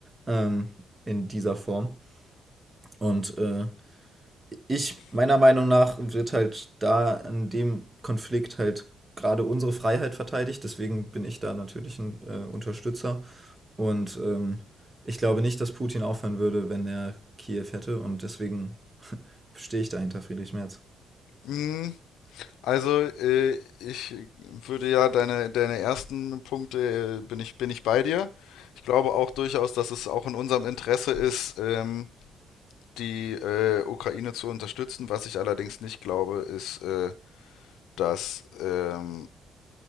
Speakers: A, on the right (about 20°); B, on the left (about 85°).
A: ähm, in dieser Form. Und äh, ich, meiner Meinung nach, wird halt da in dem Konflikt halt gerade unsere Freiheit verteidigt, deswegen bin ich da natürlich ein äh, Unterstützer. Und ähm, ich glaube nicht, dass Putin aufhören würde, wenn er Kiew hätte. Und deswegen <laughs> stehe ich dahinter Friedrich Merz.
B: Hm, also, äh, ich würde ja deine, deine ersten Punkte, äh, bin ich, bin ich bei dir. Ich glaube auch durchaus, dass es auch in unserem Interesse ist, ähm, die äh, Ukraine zu unterstützen. Was ich allerdings nicht glaube, ist, äh, dass ähm,